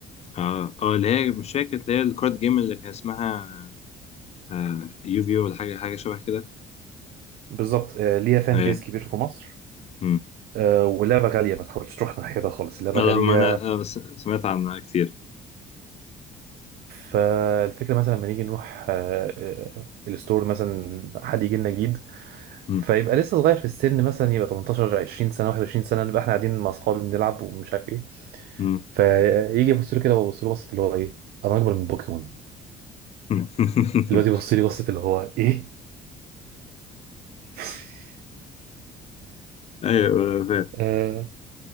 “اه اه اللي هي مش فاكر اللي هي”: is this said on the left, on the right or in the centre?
Left